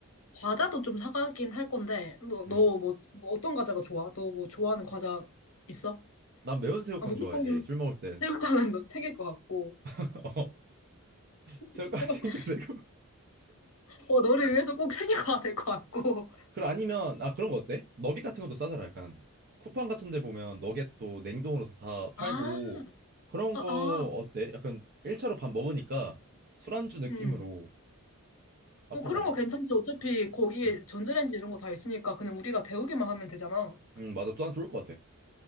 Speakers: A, on the left; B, on the right.
A: 과자도 좀 사가긴 할 건데, 너, 너
B: 음.
A: 뭐, 뭐 어떤 과자가 좋아? 너 뭐 좋아하는 과자 있어?
B: 난 매운 새우깡
A: 아, 무조건
B: 좋아하지. 술 먹을 땐.
A: 새우깡은 너 챙길 것 같고,
B: <laughs> 어, 새우깡
A: <laughs>
B: 챙겨내고
A: 어, 너를 위해서 꼭 챙겨가야 될 것 같고.
B: 그럼 아니면 아 그런 거 어때? 너겟 같은 것도 싸잖아. 약간 쿠팡 같은 데 보면 너겟도 냉동으로 다 팔고
A: 아,
B: 그런
A: 아,
B: 거
A: 아,
B: 어때? 약간 1차로 밥 먹으니까 술안주 느낌으로
A: 음.
B: 나쁘지
A: 뭐 그런
B: 않을
A: 거
B: 것
A: 괜찮지.
B: 같아.
A: 어차피 거기에
B: 응.
A: 전자레인지 이런 거 다 있으니까 그냥 우리가 데우기만 하면 되잖아.
B: 응, 맞아. 또한 좋을 것 같아.